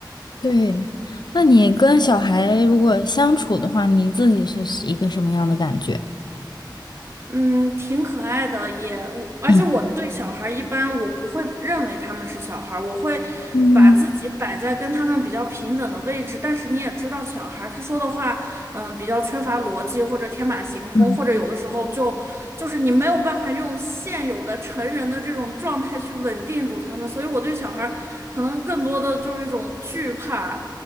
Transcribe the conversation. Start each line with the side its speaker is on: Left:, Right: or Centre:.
Left: 对。那你跟小孩如果相处的话，你自己是一个什么样的感觉？
Right: 嗯，挺可爱的，也，我而且我对小孩儿一般我不会认为他们是小孩儿，
Left: 嗯
Right: 我会
Left: 嗯
Right: 把自己摆在跟他们比较平等的位置。但是你也知道，小孩儿他说的话，嗯，比较缺乏逻辑或者天马行空，
Left: 嗯
Right: 或者有的时候就就是你没有办法用现有的成人的这种状态去稳定住他们，所以我对小孩儿可能更多的就是一种惧怕、